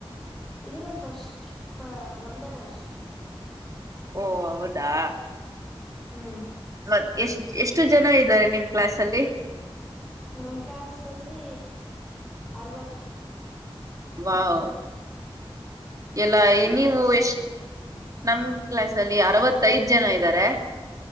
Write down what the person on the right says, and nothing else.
ಓ ಹೌದಾ
ಮತ್ತ ಎಷ್ಟ ಎಷ್ಟು ಜನ ಇದ್ದಾರೆ ನಿಮ್ ಕ್ಲಾಸ್ ಅಲ್ಲಿ
ವಾವ್ ಎಲ್ಲ
ನೀವು
ಎಷ್ಟ್ ನಮ ಕ್ಲಾಸ್ ಅಲ್ಲಿ ಅರವತ್ತೈದ್ ಜನ ಇದ್ದಾರೆ